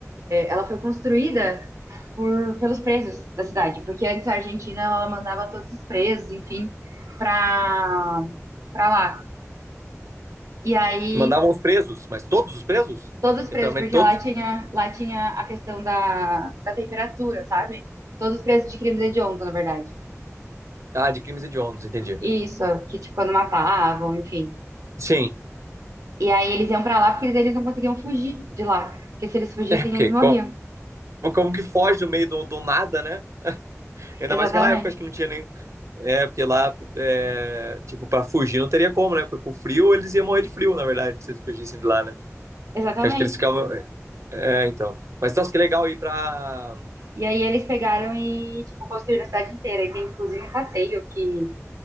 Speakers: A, on the right; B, on the right.
A: ela foi construída por pelos presos da cidade, porque antes a Argentina ela mandava todos os presos, enfim, pra para lá. E aí
B: Mandavam os presos, mas todos os presos?
A: Todos presos,
B: Literalmente
A: porque
B: todos?
A: lá tinha, lá tinha a questão da, da temperatura, sabe? Todos presos de crimes hediondos, na verdade.
B: Ah, de crimes hediondos, entendi.
A: Isso, que tipo, quando matavam, enfim.
B: Sim.
A: E aí eles iam pra lá porque eles, eles não conseguiam fugir de lá. Porque se eles fugissem,
B: É porque
A: eles morriam.
B: como, como que foge do meio do, do nada, né? Ainda
A: Exatamente.
B: mais naquela época, acho que não tinha nem É, porque lá, é, tipo, pra fugir não teria como, né? Porque com frio eles iam morrer de frio, na verdade, se eles fugissem de lá, né?
A: Exatamente.
B: Que acho que eles ficavam. É, é, então. Mas nossa, que legal ir pra.
A: E aí eles pegaram e, tipo, construíram a cidade inteira. E tem, inclusive, um passeio que,